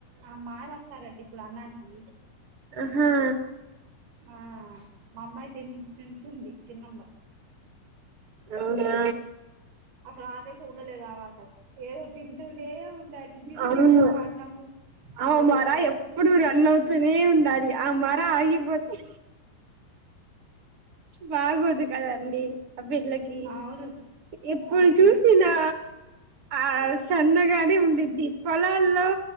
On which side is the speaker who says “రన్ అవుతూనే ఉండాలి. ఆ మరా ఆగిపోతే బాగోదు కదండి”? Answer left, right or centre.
Right